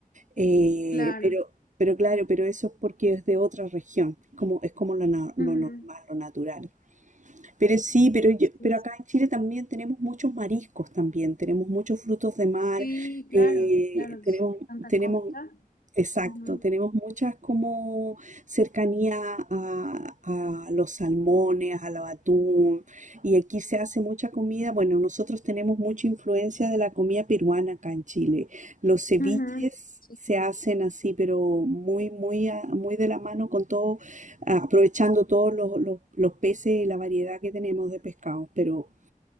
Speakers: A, on the right; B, on the left.
A: Eh,
B: claro.
A: pero, pero claro, pero eso es porque es de otra región, como, es como lo, na- lo
B: Ujú.
A: normal, lo natural. Pero sí, pero, yo-
B: Sí,
A: pero
B: sí.
A: acá en Chile también tenemos muchos mariscos también, tenemos muchos frutos de mar,
B: Sí, claro,
A: eh,
B: claro, es
A: tenemos,
B: tanta
A: tenemos
B: costa.
A: Exacto,
B: Ujú,
A: tenemos muchas como cercanía a, a los salmones, al atún, y aquí se hace mucha comida. Bueno, nosotros tenemos mucha influencia de la comida peruana acá en Chile. Los ceviches
B: ujú, sí.
A: se hacen así, pero muy, muy, a- muy de la mano con todo, ah, aprovechando todos los, los- los peces y la variedad que tenemos de pescados. Pero,